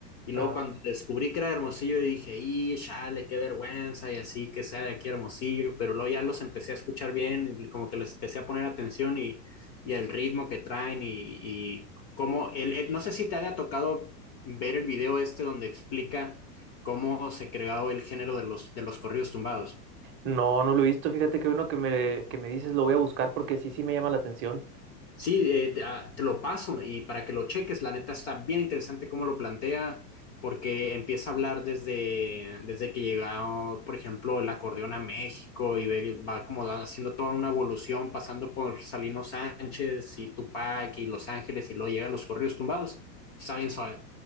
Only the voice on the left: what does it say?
Y luego
cuando descubrí que era de Hermosillo, dije, y chale, qué vergüenza, y así que sea de aquí a Hermosillo. Pero luego ya los empecé a escuchar bien, y como que les empecé a poner atención y, y el ritmo que traen y y como el, el- no sé si te haya tocado ver el video este donde explica cómo se creó el género de los, de los corridos tumbados.
Sí, eh, te, ah, lo paso y para que lo cheques, la neta está bien interesante cómo lo plantea, porque empieza a hablar desde, desde que llegó, por ejemplo, el acordeón a México y ve- va como haciendo toda una evolución, pasando por Salino Sánchez y Tupac y Los Ángeles y luego llega a los corridos tumbados. Está bien suave.